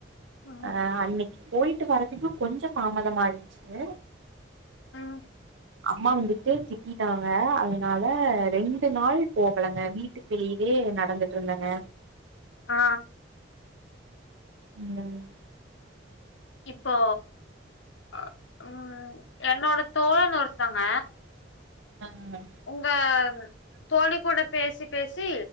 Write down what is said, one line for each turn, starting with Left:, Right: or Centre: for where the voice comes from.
Left: ம்
Right: அ அன்னக் போயிட்டு வரதுக்கு கொஞ்ச தாமதமா ஆயிட்ச்சுங்க
Left: ம்
Right: அம்மா வந்துட்டு திட்டிட்டாங்க அதுனால ரெண்டு நாளு போகலங்க வீட்டுக் வெளியே நடந்துட்ருந்தங்க
Left: ஆ
Right: <unintelligible>
Left: இப்போ அ ம் என்னோட தோழன் ஒருத்தங்க
Right: தங்க
Left: உங்க தோழி கூட பேசி பேசி